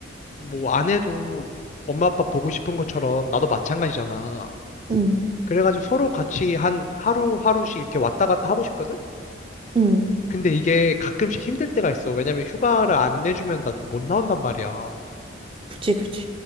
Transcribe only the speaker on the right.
응,
응.
그치, 그치.